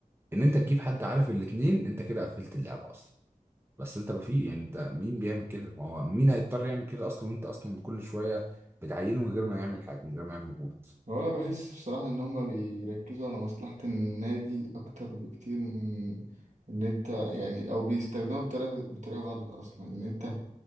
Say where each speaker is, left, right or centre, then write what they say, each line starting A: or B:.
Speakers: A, on the right; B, on the right.
A: ان انت تجيب حد عارف الاتنين انت كده قفلت اللعبه اصلا بس انت ما في يعني انت مين بيعمل كده ما هو مين هيضطر يعمل كده اصلا وانت اصلا كل شويه بتعينه من غير ما يعمل حاجه من غير ما يعمل مجهود
B: هو انا بحس بصراحة ان هما بيركزوا على مصلحة النادي اكتر بكتير من ان انت يعني او بيستخدموها بطريقة بطريقة غلط اصلا ان انت